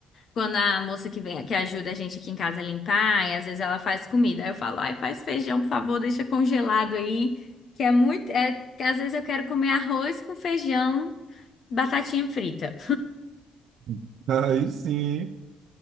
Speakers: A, on the left; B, on the right.
A: quando a moça que vem, que ajuda a gente aqui em casa a limpar, e às vezes ela faz comida, aí eu falo, ai, faz feijão, por favor, deixa congelado aí, que é muito, é, que às vezes eu quero comer arroz com feijão, batatinha frita.
B: <laughs> Aí sim.